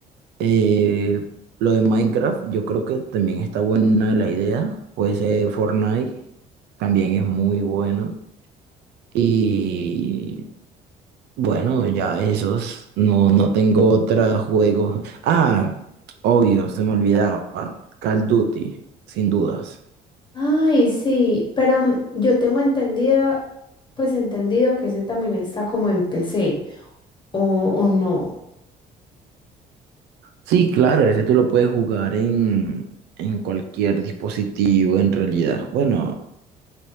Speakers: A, on the right; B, on the left.
A: Eh, lo de Minecraft, yo creo que también está buena la idea. Pues eh, Fortnite también es muy bueno. Y bueno, ya esos, no, no tengo otros juegos. Ah, obvio, se me olvidaba. Call of Duty, sin dudas.
B: Ay, sí, pero mm, yo tengo entendida, pues entendido que ese también está como en PC, o, o no.
A: Sí, claro, ese tú lo puedes jugar en, en cualquier dispositivo en realidad. Bueno,